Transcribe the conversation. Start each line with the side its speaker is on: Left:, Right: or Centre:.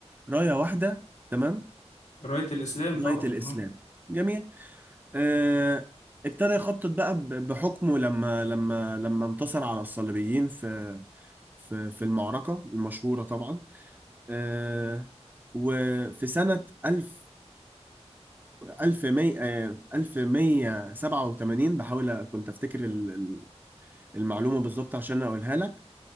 Right: راية واحدة تمام
Left: راية الاسلام طبعا
Right: راية الاسلام
Left: اه
Right: جميل آه ابتدى يخطط بقى ب- بحكمه لما لما لما انتصر على الصليبيين في في في المعركة المشهورة طبعا آه، وفي سنة 1000 1100 1187 بحاول أ- كنت أفتكر ال- ال- المعلومة بالظبط عشان أقولها لك